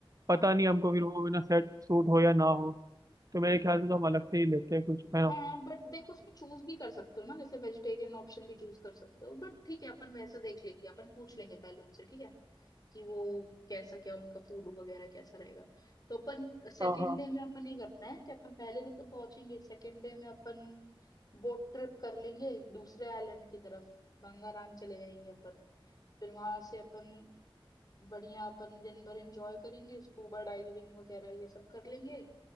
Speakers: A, on the right; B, on the left.
A: पता
B: हाँ
A: नहीं हमको फिर वो ना सेट सूट हो या ना हो तो मेरे ख्याल से तो हम अलग से ही लेते हैं कुछ है
B: हाँ
A: ना
B: बट देखो उसमें चूज भी कर सकते हो ना जैसे वेजिटेरियन ऑप्शन भी चूज कर सकते हो बट ठीक है अपन वैसे देख लेंगे अपन पूछ लेंगे पहले उनसे ठीक है कि वो कैसा क्या उनका फूड वगैरह कैसा रहेगा तो अपन सेकेंड
A: हाँ हाँ
B: डे में अपन ये करना है कि अपन पहले दिन तो पहुंचेंगे सेकेंड डे में अपन बोट ट्रिप कर लेंगे दूसरे आइलैंड की तरफ गंगाराम चले जाएंगे अपन फिर वहां से अपन बढ़िया अपन दिन भर एंजॉय करेंगे स्कूबा डाइविंग वगैरह ये सब कर लेंगे